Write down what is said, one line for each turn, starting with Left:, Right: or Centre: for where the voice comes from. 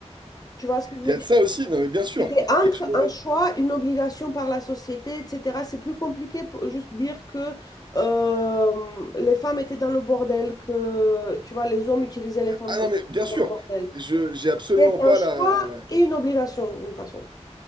Left: Tu vois ce que je
Right: Il
Left: veux
Right: y a
Left: dire?
Right: de ça aussi, non mais bien sûr.
Left: C'était entre
Right: Et je...
Left: un choix, une obligation par la société, etc. C'est plus compliqué pour juste dire que euh, les femmes étaient dans le bordel, que tu vois, les hommes utilisaient les femmes
Right: Ah non mais bien
Left: dans
Right: sûr,
Left: le bordel.
Right: je j'ai absolument
Left: C'est un
Right: pas
Left: choix
Right: la
Left: et une obligation, d'une façon.